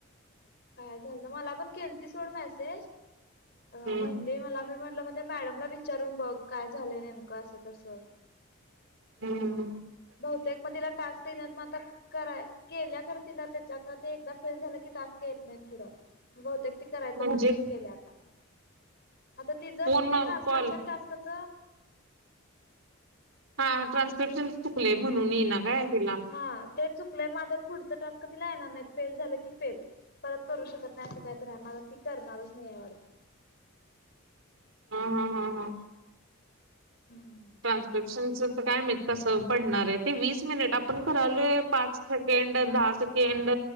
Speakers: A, on the left; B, on the right.
A: काय झाल तर, मला पण केलती सोड मेसेज म्हणली
B: हम्म
A: मला मी म्हटलं त्या मॅडमला विचारून बघ, काय झालंय नेमकं? असं तसं.
B: हम्म्म
A: बहुतेक मग तीला येईनात म आत् ता कराय केल्या खरं, तिला त्याच्या आता ते एकदा फेल झालं की टास्क येत नाही पुढं. बहुतेक ती करायचं
B: म्हणजे
A: बंदच केल्या आता. आता तिचं
B: फोन
A: ते ट्रान्स्क्रिप्शन
B: कॉल
A: टास्कच
B: हा ट्रान्स्क्रिप्शन चुकलेय म्हणून येईना काय तिला?
A: हा ते चुकलंय मग आाता ते पुढच टास्क तिला येणार नाहीत, फेल झालं की फेल. परत करू शकत नाही, असं कायतरी आहे वाटतं, मग आता ती करणारच नाही वाटतं.
B: ह हा हा हा
A: हम्म
B: ट्रान्सक्रिप्शन काय माहित कसं पडणार आहे ते, वीस मिनिट आपण करायलोय पाच सेकंड, दहा सेकेंड